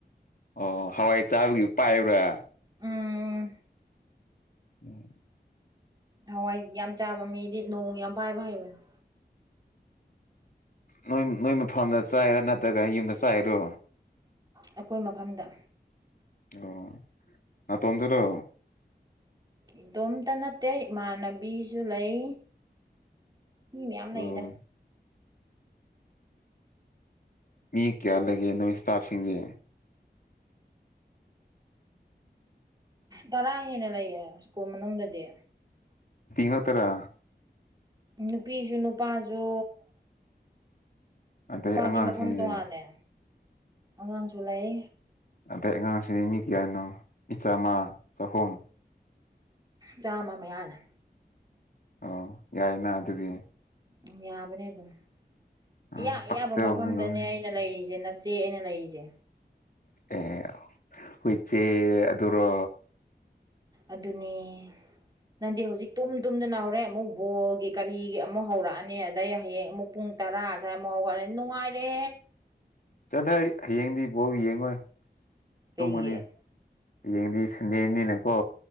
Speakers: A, on the left (about 55°); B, on the right (about 25°).
A: ꯑꯣ ꯍꯋꯥꯏ ꯆꯥꯕꯒꯤ ꯄꯥꯏꯕ꯭ꯔꯥ
B: ꯎꯝ
A: ꯎꯝ
B: ꯍꯋꯥꯏ ꯌꯥꯝ ꯆꯥꯕ ꯃꯤꯗꯤ ꯅꯣꯡ ꯌꯥꯝ ꯄꯥꯏꯕ ꯍꯥꯏꯕꯅ
A: ꯅꯣꯏ ꯅꯣꯏ ꯃꯐꯝꯗ ꯆꯥꯏꯔꯥ ꯅꯠꯇ꯭ꯔꯒꯅ ꯌꯨꯝꯗ ꯆꯥꯏꯔꯣ
B: ꯑꯩꯈꯣꯏ ꯃꯐꯝꯗ
A: ꯑꯣ ꯃꯥ ꯇꯣꯗꯔ
B: ꯏꯗꯣꯝꯇ ꯅꯠꯇꯦ ꯏꯃꯥꯟꯅꯕꯤꯁꯨ ꯂꯩ ꯃꯤ ꯃꯌꯥꯝ
A: ꯑꯣ
B: ꯂꯩꯗ
A: ꯃꯤ ꯀꯌꯥ ꯂꯩꯒꯦ ꯅꯣꯏ ꯏꯁꯇꯥꯐꯁꯤꯡꯒ
B: ꯇꯔꯥ ꯍꯦꯟꯅ ꯂꯩꯌꯦ ꯁ꯭ꯀꯨꯜ ꯃꯅꯨꯡꯗꯗꯤ
A: ꯅ ꯇꯔ
B: ꯅꯨꯄꯤꯁꯨ ꯅꯨꯄꯥꯁꯨ
A: ꯑꯗꯩ
B: ꯅꯨꯄꯥꯗꯤ
A: ꯑꯉꯥꯡꯁꯤꯡꯗꯤ
B: ꯃꯐꯝ ꯇꯣꯉꯥꯜꯂꯦ ꯑꯉꯥꯡꯁꯨ ꯂꯩ
A: ꯑꯗꯩ ꯑꯉꯥꯡꯁꯤꯗꯤ ꯃꯤ ꯀꯌꯥꯅꯣ ꯏꯆꯥ ꯑꯃ ꯆꯍꯨꯝ
B: ꯆꯥꯃ ꯃꯌꯥꯅ
A: ꯑꯣ ꯌꯥꯏꯅ ꯑꯗꯨꯗꯤ
B: ꯎꯝ ꯌꯥꯕꯅꯦ ꯑꯗꯨꯝ
A: ꯑ
B: ꯏꯌꯥ ꯑꯌꯥꯕ
A: ꯄꯛꯆꯕꯅ
B: ꯃꯐꯝꯗꯅꯦ
A: ꯂꯣꯏꯔꯦ
B: ꯑꯩꯅ ꯂꯩꯔꯤꯁꯦ ꯅ ꯆꯦ ꯑꯩꯅ ꯂꯩꯔꯤꯁꯦ
A: ꯑꯦ ꯍꯣꯏꯆꯦꯔꯣ
B: ꯑꯗꯨꯅꯤ ꯅꯪꯗꯤ ꯍꯧꯖꯤꯛ ꯇꯨꯝ ꯇꯨꯝꯗꯅꯅꯥꯍꯧꯔꯦ ꯑꯃꯨꯛ ꯕꯣꯜꯒꯤ ꯀꯔꯤꯒꯤ ꯑꯃꯨꯛ ꯍꯧꯔꯛꯑꯅꯤ ꯑꯗꯩ ꯍꯌꯦꯡ ꯑꯃꯨꯛ ꯄꯨꯡ ꯄꯨꯡ ꯇꯔꯥꯥꯁꯨꯛ ꯍꯧꯒꯠꯂꯅꯤ ꯅꯨꯡꯉꯥꯏꯔꯦ
A: ꯆꯠ ꯍꯥꯏ ꯍꯌꯦꯡꯗꯤ ꯕꯥꯎ ꯌꯦꯡꯉꯣꯏ
B: ꯀꯩꯒꯤ
A: ꯇꯨꯝꯃꯅꯤ ꯌꯦꯡꯗꯤ ꯁꯟꯗꯦꯅꯤꯅꯀꯣ